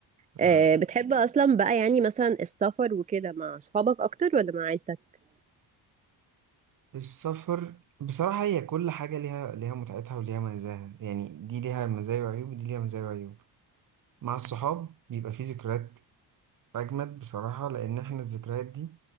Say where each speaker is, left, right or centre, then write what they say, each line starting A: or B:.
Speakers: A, on the right; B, on the right.
A: آه
B: آه،
A: بتحب اصلا بقى يعني مثلا السفر وكده مع صحابك اكتر ولا مع عيلتك
B: السفر بصراحة هي كل حاجة ليها ليها متعتها وليها مزاها يعني دي ليها مزايا وعيوب ودي ليها مزايا وعيوب مع الصحاب بيبقى فيه ذكريات أجمد بصراحة لأن إحنا الذكريات دي